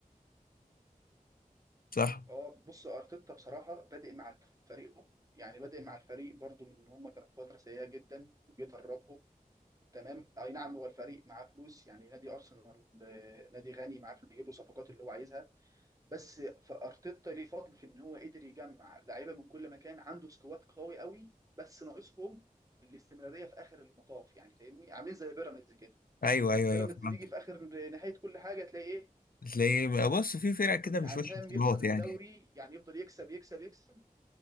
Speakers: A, on the left; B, on the right.
A: صح
B: اه بص ارتيتا بصراحه بادئ مع الفريق يعني بادئ مع الفريق برضو من ان هم كانوا في فتره سيئه جدا وجه دربهم تمام اي نعم هو الفريق معاه فلوس يعني نادي ارسنال آه، نادي غني معاه فلوس يجيب له صفقات اللي هو عايزها بس فارتيتا ليه فضل في ان هو قدر يجمع لعيبه من كل مكان عنده سكواد قوي قوي بس ناقصهم الاستمراريه في اخر المطاف يعني فاهمني عاملين زي بيراميدز كده
A: ايوه ايوه
B: بيراميدز
A: ايوه فهمت
B: بيجي في اخر نهايه كل حاجه تلاقي ايه
A: تلاقي بص في فرق كده
B: يعني
A: مش وش
B: فاهم
A: بطولات
B: يخسر
A: يعني
B: الدوري يعني يفضل يكسب يكسب يكسب